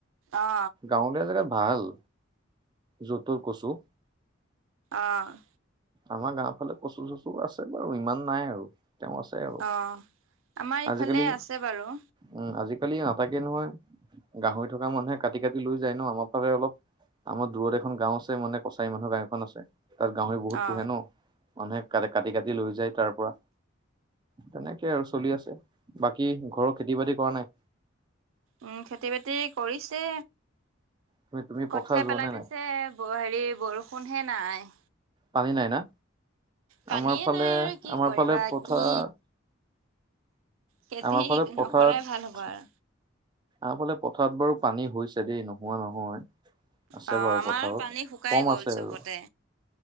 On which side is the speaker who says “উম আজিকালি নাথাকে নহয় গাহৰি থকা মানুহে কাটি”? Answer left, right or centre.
Right